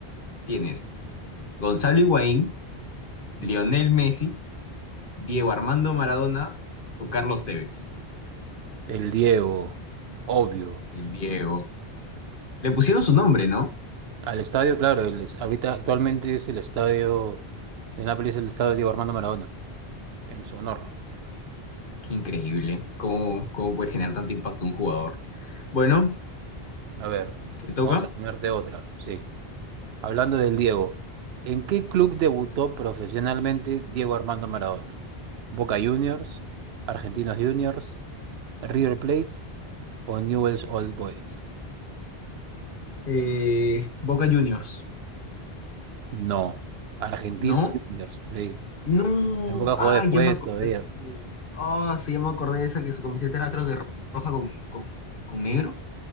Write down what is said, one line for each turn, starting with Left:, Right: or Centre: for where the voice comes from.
Left: Tienes Gonzalo Higuaín, Lionel
Right: Mm.
Left: Messi, Diego Armando Maradona o Carlos Tevez.
Right: El Diego, obvio.
Left: El Diego. Le pusieron su nombre, ¿no?
Right: Al estadio, claro, el es- ahorita actualmente es el estadio, en Nápoles es el estadio Diego Armando Maradona, en su honor.
Left: Qué increíble. ¿Cómo, cómo puede generar tanto impacto un jugador? Bueno,
Right: A ver,
Left: te toca.
Right: vamos a ponerte otra, sí. Hablando del Diego, ¿en qué club debutó profesionalmente Diego Armando Maradona? ¿Boca Juniors, Argentinos Juniors, River Plate o Newell's Old Boys?
Left: Eh, Boca Juniors.
Right: No, Argentinos
Left: ¿No?
Right: Juniors, sí.
Left: No.
Right: En Boca jugó
Left: Ay,
Right: después
Left: ya me acordé.
Right: todavía.
Left: Ah, sí, ya me acordé de esa que su camiseta era creo que ro- roja con, con, con negro.